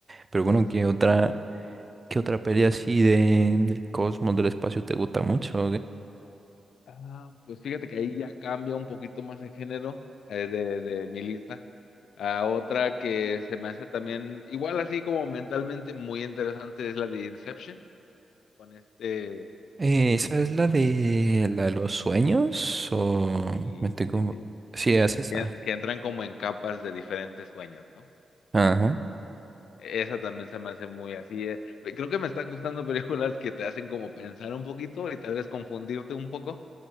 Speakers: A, on the right; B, on the left.
A: Pero
B: pues.
A: bueno, ¿qué otra, qué otra peli así de, del cosmos, del espacio te gusta mucho?
B: Ah, pues fíjate que ahí ya cambia un poquito más el género eh, de, de mi lista. A otra que se me hace también, igual así como mentalmente muy interesante, es la de Inception, con este,
A: Eh, ¿esa es la de la de los sueños? ¿O
B: sí,
A: me estoy como...
B: sí, sí,
A: Sí, es esa.
B: que, que entran como en capas de diferentes sueños, ¿no?
A: Ajá.
B: E-, Esa también se me hace muy así. eh. Creo que me están gustando películas que te hacen como pensar un poquito y tal vez confundirte un poco.